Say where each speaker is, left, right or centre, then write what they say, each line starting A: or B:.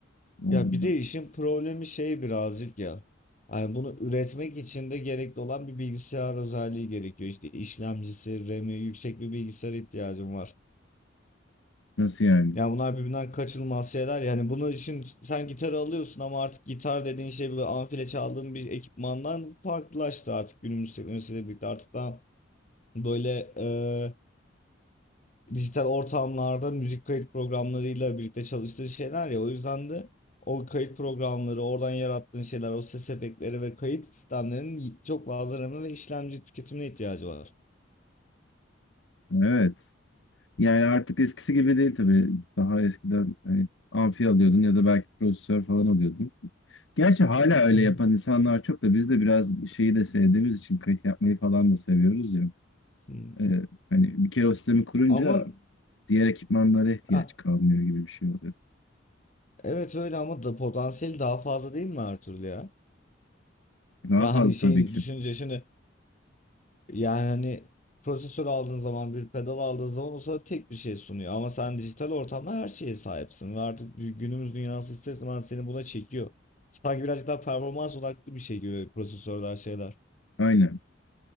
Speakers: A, on the left; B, on the left.
A: olduğundan.
B: Ya bir de işin problemi şey birazcık ya. Yani bunu üretmek için de gerekli olan bir bilgisayar özelliği gerekiyor. İşte işlemcisi, RAM'i, yüksek bir bilgisayar ihtiyacım var.
A: Nasıl yani?
B: Ya bunlar birbirinden kaçınılmaz şeyler. Yani bunun için sen gitar alıyorsun ama artık gitar dediğin şey böyle amfile çaldığın bir ekipmandan farklılaştı artık günümüz teknolojisiyle birlikte. Artık daha böyle eee, dijital ortamlarda müzik kayıt programlarıyla birlikte çalıştığı şeyler ya o yüzden de o kayıt programları oradan yarattığın şeyler o ses efektleri ve kayıt sistemlerinin y- çok fazla RAM ve işlemci tüketimine ihtiyacı var.
A: Evet. Yani artık eskisi gibi değil tabii. Daha eskiden hani amfi alıyordun ya da belki prosesör falan alıyordun. Gerçi hala öyle
B: <laughs>
A: yapan insanlar çok da biz de biraz şeyi de sevdiğimiz için kayıt yapmayı falan da seviyoruz ya.
B: Hmm.
A: Ee, hani bir kere o sistemi kurunca
B: Ama
A: diğer ekipmanlara ihtiyaç
B: ha,
A: kalmıyor gibi bir şey oluyor.
B: evet öyle ama da potansiyeli daha fazla değil mi Ertuğrul ya?
A: Daha
B: Ya
A: fazla
B: hani şeyin
A: tabii ki.
B: düşününce şimdi Yani hani prosesör aldığın zaman bir pedal aldığın zaman o sana tek bir şey sunuyor. Ama sen dijital ortamda her şeye sahipsin ve artık dü- günümüz dünyası ister istemez seni buna çekiyor. Sanki birazcık daha performans odaklı bir şey gibi prosesörler şeyler.
A: Aynen.